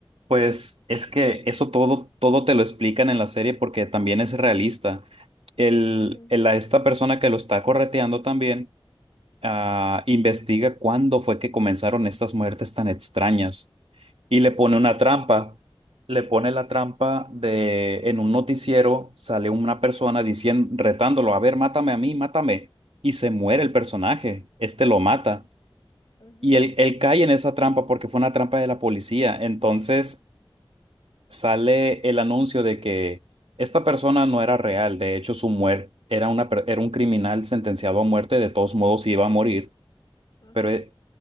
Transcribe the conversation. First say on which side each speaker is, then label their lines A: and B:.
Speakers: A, on the right; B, on the left.
A: Pues es que eso todo, todo te lo explican en la serie porque también es realista. El,
B: mhm
A: el- a esta persona que lo está correteando también ah, investiga cuándo fue que comenzaron estas muertes tan extrañas y le
B: mhm
A: pone una trampa. Le pone la trampa de en un noticiero sale una persona diciendo, retándolo, a ver, mátame a mí, mátame. Y se muere el personaje, este lo mata.
B: <gasps> Ajá,
A: Y él, él cae en esa trampa porque fue una trampa de la policía. Entonces sale el anuncio de que esta persona no era real, de hecho su muerte era una, per- era un criminal sentenciado a muerte, de todos modos iba a morir,
B: ajá.
A: pero, e-